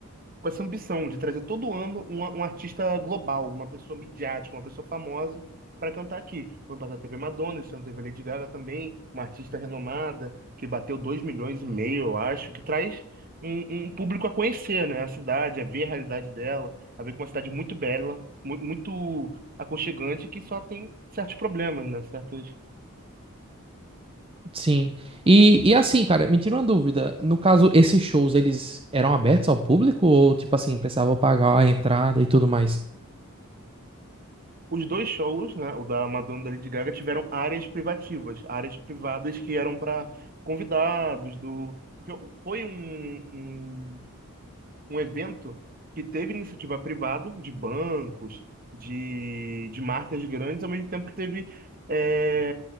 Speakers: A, on the right; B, on the right.
A: com essa ambição de trazer todo ano uma- um artista global, uma pessoa midiática, uma pessoa famosa para cantar aqui. No ano passado teve a Madonna, esse ano teve a Lady Gaga também, uma artista renomada que bateu 2 milhões e meio, eu acho, que traz um, um público a conhecer, né, a cidade, a ver a realidade dela, a ver que é uma cidade muito bela, mu- muito aconchegante, que só tem certos problemas, né, certos
B: Sim. E, e assim, cara, me tira uma dúvida. No caso, esses shows, eles eram abertos ao público ou, tipo assim, precisava pagar a entrada e tudo mais?
A: Os dois shows, né, o da Madonna e da Lady Gaga, tiveram áreas privativas, áreas privadas que eram para convidados do, porque foi um, um, um evento que teve iniciativa privada de bancos, de, de marcas grandes, ao mesmo tempo que teve eh,